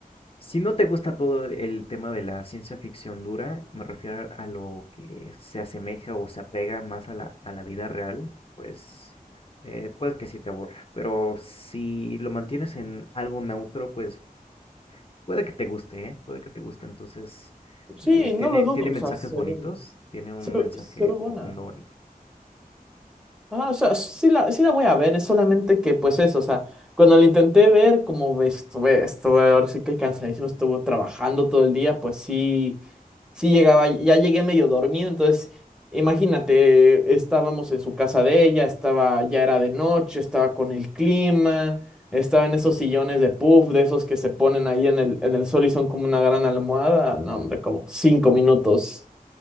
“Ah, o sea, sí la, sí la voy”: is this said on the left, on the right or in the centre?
Centre